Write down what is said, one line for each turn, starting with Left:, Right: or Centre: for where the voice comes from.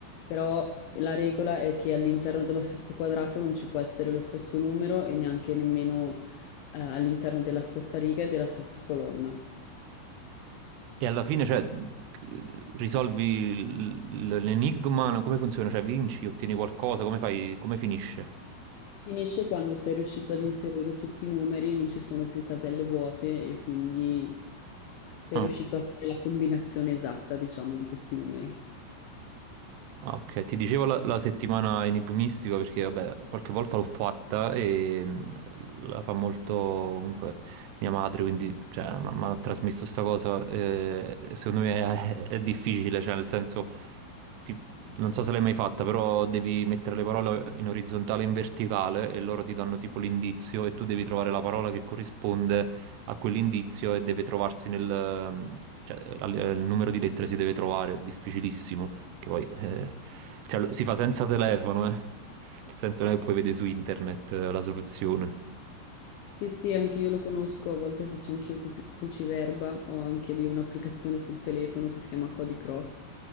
Left: però la regola è che all'interno dello stesso quadrato non ci può essere lo stesso numero e neanche nemmeno eh, all'interno della stessa riga e della stessa colonna.
Right: E alla fine, cioè, risolvi l- l- l'enigma? Come funziona? Cioè, vinci, ottieni qualcosa? Come fai? Come finisce?
Left: Finisce quando sei riuscito ad inserire tutti i numeri, non ci sono più caselle vuote e quindi sei
Right: Ah.
Left: riuscito a fare la combinazione esatta, diciamo, di questi numeri.
Right: Ah, ok, ti dicevo la, la settimana enigmistica perché vabbè, qualche volta l'ho fatta e mh, la fa molto comunque mia madre, quindi cioè, mi ha trasmesso sta cosa, eh, secondo me è, è difficile, cioè nel senso, ti- non so se l'hai mai fatta, però devi mettere le parole in orizzontale e in verticale e loro ti danno tipo l'indizio e tu devi trovare la parola che corrisponde a quell'indizio e deve trovarsi nel... cioè la- il numero di lettere si deve trovare, è difficilissimo. Che poi eh, cioè, lo- si fa senza telefono, eh. Nel senso non è che poi vede su internet eh, la soluzione.
Left: Sì, sì, anche io lo conosco, a volte faccio anch'io cru- cruciverba, ho anche lì un'applicazione sul telefono che si chiama Cody Cross